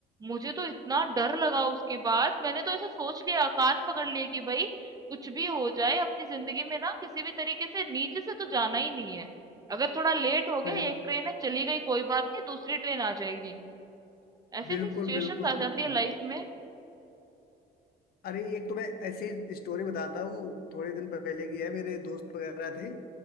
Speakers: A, on the right; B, on the left.
A: मुझे तो इतना डर लगा उसके बाद, मैंने तो ऐसा सोच लिया, कान पकड़ लिए कि भई कुछ भी हो जाए अपनी जिंदगी में ना किसी भी तरीके से नीचे से तो जाना ही नहीं है। अगर थोड़ा लेट हो गया,
B: सही
A: एक
B: बात
A: ट्रेन है चली गई कोई बात नहीं, दूसरी ट्रेन आ जाएगी। ऐसी
B: बिल्कुल
A: ऐसी सिचुएशंस
B: बिल्कुल
A: आ
B: बिल्कुल
A: जाती है लाइफ में।
B: अरे एक तो मैं ऐसी स्टोरी बताता हूँ थोड़े दिन पहले की है मेरे दोस्त वगैरह थे